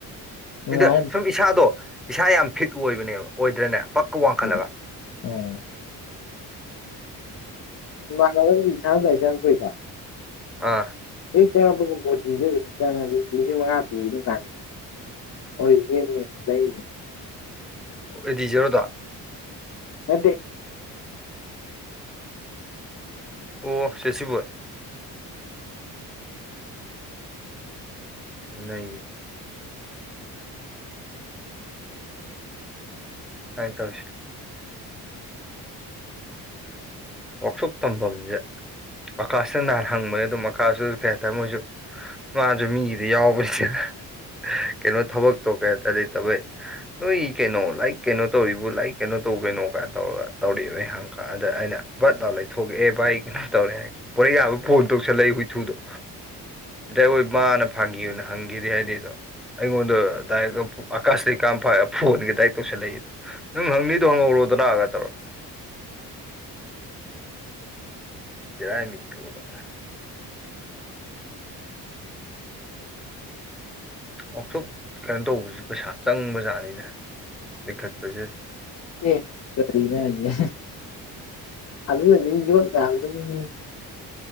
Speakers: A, on the left; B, in the centre.
A: ꯅꯨꯡꯉꯥꯏ
B: ꯏꯗ ꯁꯨꯝ ꯏꯁꯥꯗꯣ ꯏꯁꯥ ꯌꯥꯝ ꯐꯤꯠ ꯑꯣꯏꯕꯅꯦꯕ ꯑꯣꯏꯗ꯭ꯔꯅꯦ ꯄꯛꯀ ꯋꯥꯡꯈꯠꯂꯒ
A: ꯎꯝ ꯎꯝ ꯃꯥꯔꯒꯗꯤꯁꯅ ꯆ ꯆ ꯄꯏ ꯀ
B: ꯑꯥ
A: ꯑꯩ ꯆꯪꯉꯛꯄꯒꯨꯝꯕꯣꯪꯉ ꯂꯤꯁꯤꯡ ꯃꯉꯥ ꯄꯤ ꯑꯗꯨꯝ ꯀꯥꯟꯗ ꯍꯣꯏ ꯅꯅꯦ ꯂꯩ
B: ꯑꯦꯗꯤꯖꯦꯔꯣꯗ
A: ꯃ
B: ꯑꯣ ꯁꯦꯠꯁꯤꯕꯨ ꯅ ꯍꯥꯏ ꯇꯧ ꯏꯁ ꯋꯥꯛꯁꯣꯞ ꯇꯝꯐꯝꯁꯦ ꯑꯀꯥꯁꯇ ꯅꯍꯥꯟ ꯍꯪꯕꯅꯦ ꯑꯗꯨꯝ ꯑꯀꯥꯁꯇꯁꯨ ꯀꯩ ꯍꯥꯏꯇꯥꯔꯦ ꯃꯣꯏꯁꯨ ꯃꯥꯁꯨ ꯃꯤꯒꯤꯗꯤ ꯌꯥꯎꯕꯅꯤꯁꯅ ꯀꯩꯅꯣ ꯊꯕꯛꯇꯣ ꯀꯩ ꯍꯥꯏꯇꯥ ꯂꯩꯇꯕꯩ ꯅꯣꯏ ꯀꯩꯅꯣ ꯂꯥꯏꯔꯤꯛ ꯀꯩꯅꯣ ꯇꯧꯔꯤꯕ ꯂꯥꯏꯔꯤꯛ ꯀꯩꯅꯣ ꯇꯧꯈꯩꯅꯣ ꯀꯥꯏꯅ ꯇꯧꯔꯒ ꯇꯧꯔꯕ ꯑꯩ ꯍꯪꯀ ꯑꯗ ꯑꯩꯅ ꯕꯠ ꯂꯥꯥꯎ ꯂꯩꯊꯣꯛꯛꯦ ꯚ ꯑꯩ ꯀꯩꯅꯣ ꯇꯧꯔꯦ ꯍꯥꯏ ꯄꯣꯔꯩ ꯌꯥꯕ ꯐꯣꯟ ꯇꯧꯁꯜꯂꯛꯏ ꯍꯨꯏꯊꯨꯗꯣ ꯩ ꯍꯣꯏ ꯃꯥꯅ ꯐꯥꯒꯤꯌꯣꯅ ꯍꯪꯈꯤꯦ ꯍꯥꯏꯗꯤ ꯑꯗꯣ ꯑꯩꯉꯣꯟꯗ ꯗꯥꯏꯔꯦꯛ ꯑꯀꯥꯁꯇ ꯀꯔꯝ ꯐ ꯐꯣꯟꯒ ꯗꯥꯏꯔꯦꯛ ꯇꯧꯁꯜꯂꯛꯏ ꯅꯪ ꯍꯪꯅꯤꯗꯗꯨ ꯍꯪꯉꯧꯔꯣ ꯑꯗꯨꯅ ꯍꯥꯏꯒ ꯇꯔꯣ ꯕꯔꯥꯏꯃꯤ ꯅꯨꯗ ꯋꯥꯛꯁꯣꯞ ꯀꯩꯅꯣ ꯇꯧꯕꯁꯤ ꯄꯩꯁꯥ ꯆꯪꯕꯖꯥꯠꯅꯤꯗ ꯂꯤꯡꯈꯠꯄꯁꯤ
A: ꯑꯦ ꯀꯔꯤꯗꯖꯤꯦ ꯑꯗꯨꯅ ꯗꯤ ꯌ‌ꯣ ꯇꯥꯒꯗꯝꯅꯤ